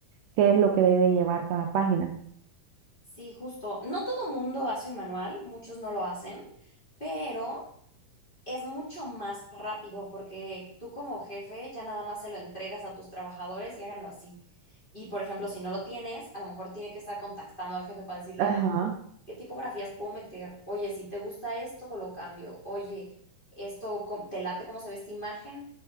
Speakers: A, on the right; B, on the left.
A: qué es lo que debe llevar cada página.
B: Sí, justo. No todo mundo hace un manual, muchos no lo hacen, pero es mucho más rápido porque tú como jefe ya nada más se lo entregas a tus trabajadores y háganlo así. Y por ejemplo, si no lo tienes, a lo mejor tiene que estar contactando al jefe para decirle,
A: Ajá,
B: oye, ¿qué tipografías puedo meter? Oye, si te gusta esto, lo cambio. Oye, esto com- te late cómo se ve esta imagen,